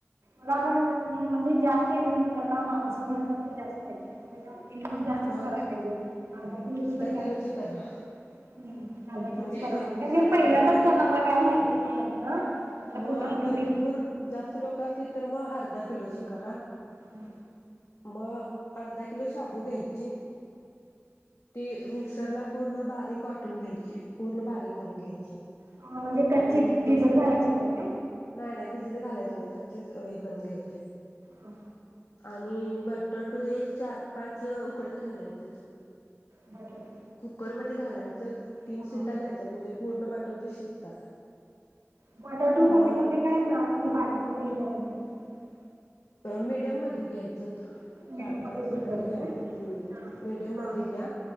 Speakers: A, on the right; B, on the left.
A: मला पण म्हणजे जास्त येत म्हणजे आता माणस घर जास्त येत मिनिमम जास्तच
B: मग
A: करायला लागेल अर्धा किलो कराअर्धा
B: किलोचे करा म्हणजे
A: किलोच
B: भरपूर सगळ्यांसनी
A: मी पहिल्यांदच
B: पुरतात.
A: करणार मला काय माहिती नाही अलं मला
B: मग
A: पुन्ह
B: भरपूर जास्त लोक असली तर मग अर्धा किलोचे करा
A: हं
B: मग अर्धा किलो शाबू घ्यायचा चीे ते मिक्स तरला पूर्ण बारीक वाटून घ्यायची पूर्ण बारीक करून घ्यायची
A: हा म्हणजे कच्ची
B: आणि
A: भिजत घालायची नाही काय?
B: नाय नाय घालायची नाही कच्चीच हे करून घ्यायची
A: हा
B: आणि बटाटू एक चार पाचं उकडत घालायचेत
A: बटाटे
B: कुकरम ते घालायचंत तीन
A: हा.
B: शिट्ट्या द्यायच्या म्हणजे पूर्ण बटाटी शिजतात
A: बटाटू
B: मग
A: मोठे मोठे काय म्हणजे <inaudible>
B: अ मीडियम मध्ये घ्यायचं
A: मिडियम
B: चार
A: मध्ये
B: पाच बटाटे
A: उकडवायचे
B: घ्या
A: काय?
B: हं
A: हा
B: मिडीयम
A: हा
B: मध्ये घ्या